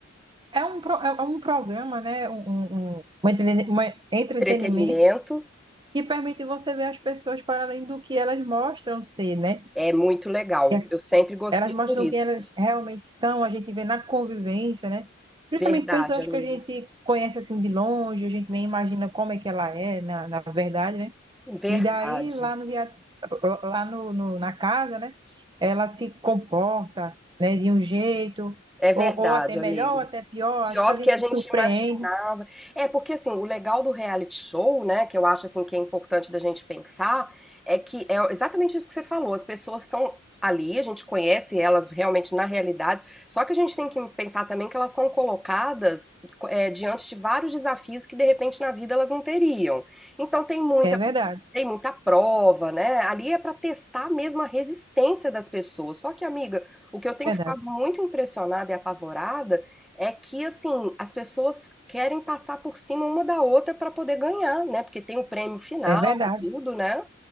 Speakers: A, on the right; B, in the centre.
A: é um, pro- é um programa, né? Um, um- um- um entrene- uma- entretenimento
B: entretenimento
A: que permite você ver as pessoas para além do que elas mostram ser, né?
B: é muito legal.
A: E
B: Eu sempre gostei
A: Elas mostram
B: por isso.
A: quem elas realmente são, a gente vê na convivência, né? Principalmente
B: Verdade,
A: pessoas
B: amiga.
A: que a gente conhece assim de longe, a gente nem imagina como é que ela é, na, na verdade, né?
B: Verdade.
A: E daí, lá no, rea- lá no, no- na casa, né? Ela se comporta, né, de um jeito,
B: É verdade,
A: ou, ou até melhor,
B: amiga.
A: ou até pior.
B: Pior
A: Acho que a
B: do
A: gente
B: que a
A: se
B: gente
A: surpreende.
B: imaginava. É, porque assim, o legal do reality show, né, que eu acho assim que é importante da gente pensar, é que é exatamente isso que você falou, as pessoas estão ali, a gente conhece elas realmente na realidade, só que a gente tem que pensar também que elas são colocadas, co- é, diante de vários desafios que de repente na vida elas não teriam. Então tem muita
A: É verdade,
B: tem muita prova, né, ali é para testar mesmo a resistência das pessoas. Só que amiga, o que eu tenho
A: é
B: ficado
A: verdade,
B: muito impressionada e apavorada é que, assim, as pessoas querem passar por cima uma da outra para poder ganhar, né, porque tem o prêmio final
A: é verdade,
B: e tudo, né.